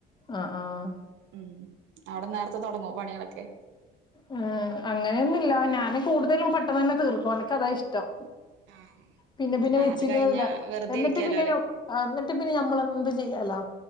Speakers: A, on the left; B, on the right.
A: ആഹ് ആഹ്
B: ഉ അവിടെ നേര തെ തുടങ്ങൂ പണികളൊക്കെ
A: ഉ അങ്ങനെയൊന്നുമില്ല ഞാന് കൂടുതലും പെട്ടെന്ന് തന്നെ തീർക്കുവാ എക്ക് അതാ ഇഷ്ടം
B: ആഹ്
A: പിന്നെ പിന്നെ
B: ആ
A: വെച്ചിക്കുന്നതില്ല
B: അത് കഴിഞ്ഞാ വെറുതെ
A: എന്നിട്ട്
B: ഇരിക്കാലോ
A: പിന്നെ
B: അല്ലെ
A: എന്നിട്ട് പിന്നെ ഞമ്മളെന്ത് ചെയ്യാലോ